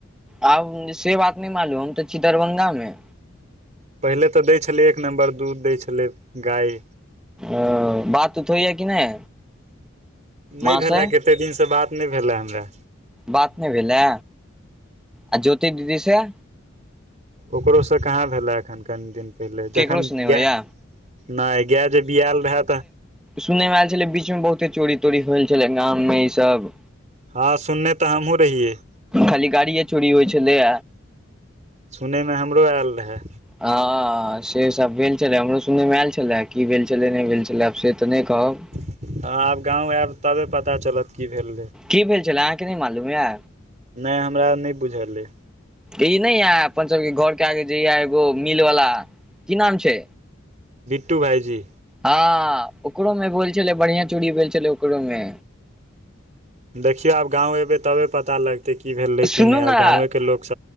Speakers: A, in the centre; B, on the right (about 35°).
A: आब से बात नहि मालूम हम तऽ छी दरभंगा मे
B: पहिले तऽ दै छलै एक नम्बर दूध दय छलै गाय
A: ओ बात उतऽ होइए कि नहि
B: नहि
A: माँ
B: भेलै
A: से
B: कतेक दिनसँ बात नहि भेलै हमरा
A: बात नहि भेलै आ ज्योति दीदी से
B: ओकरोसँ कहाँ भेलै एखन कनि दिन पहिले
A: केकरोसँ
B: जखन
A: नहि होइया
B: गाय नहि गाय जे बियाल रहए तऽ
A: सुनै मे आयल छलै बीच मे बहुते चोरी तोरी होल छलै गाममे ई सब
B: हँ सुनने तऽ हमहु रहियए
A: खाली गाड़िए चोरी होइ छलैए
B: सुनयमे हमरो आयल रहय
A: हँ से सब भेल छले हमरो सुनै मे आयल छले की भेल छलै नहि भेल छलै से तऽ नहि कहब
B: हँ आब गाँव आयब तबे पता चलत की भेल रहै
A: की भेल छलै अ हाँक नहि मालूम य
B: नहि हमरा नहि बुझल अइ
A: ई नहि यए अपन सभूके घरके आगे जे य एगो मिलवला की नाम छै
B: बिट्टू भाइजी
A: हँ ओकरो मे भेल छलै बढ़िया चोरी भेल छलै ओकरो मे
B: देखियौ आब गाँंव एबे तबे पता लग भेलै
A: सुनू
B: कि नै आब
A: ने
B: गावे के लोक स